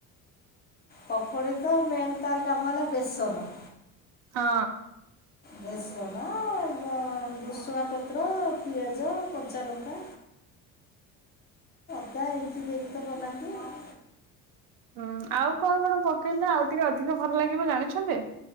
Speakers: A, on the left; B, on the right.
A: ପକୁଡ଼ି ତ ମେନ୍ ତାର କାମ ହେଲା ବେସନ।
B: ହଁ।
A: ବେସନ ବ ବୃଷୁଙ୍ଗା ପତ୍ର, ପିଆଜ, କଞ୍ଚାଲଙ୍କା ପ୍ରାୟେ ଏମିତି ଦେଇକି ତ ବନାନ୍ତି ଆଉ।
B: ହୁଁ ଆଉ କଣ କଣ ପକେଇଲେ ଆଉ ଟିକେ ଅଧିକ ଭଲ ଲାଗିବ ଜାଣିଛନ୍ତି?